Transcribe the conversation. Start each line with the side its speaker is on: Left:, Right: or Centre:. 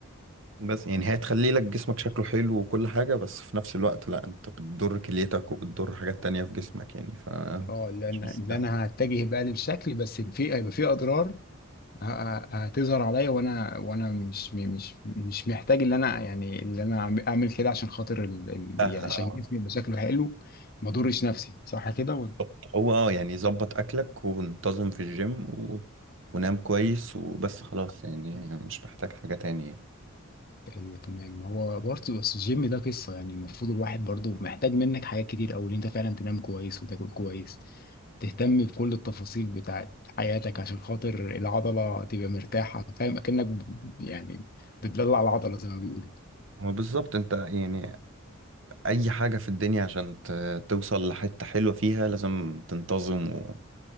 Right: بس يعني هي هتخلي لك جسمك شكله حلو وكل حاجة بس في نفس الوقت لا أنت بتضر كليتك وبتضر حاجات تانية في جسمك يعني ف
Left: اه اللي انا
Right: مش مستاهل
Left: اللي انا هتجه بقى للشكل بس في هيبقى في اضرار ه- هتظهر عليا وانا وانا مش مش مش محتاج ان انا يعني اللي انا أعم- اعمل كده عشان خاطر ال... ال...
Right: سهل
Left: يعني عشان
Right: اه
Left: جسمي يبقى شكله حلو ما اضرش نفسي صح كده
Right: بالظبط. هو اه يعني ظبط أكلك وانتظم في الجيم و... ونام كويس وبس خلاص يعني مش محتاج حاجة تانية
Left: ايوه تمام هو برضه بس الجيم ده قصه يعني المفروض الواحد برضه محتاج منك حاجات كتير قوي ان انت فعلا تنام كويس وتاكل كويس تهتم بكل التفاصيل بتاعت حياتك عشان خاطر العضله تبقى مرتاحه فاهم اكنك ب- يعني بتدلع العضله زي ما بيقولوا
Right: هو بالظبط انت يعني اي حاجة في الدنيا عشان ت- توصل لحتة حلوة فيها لازم تنتظم و...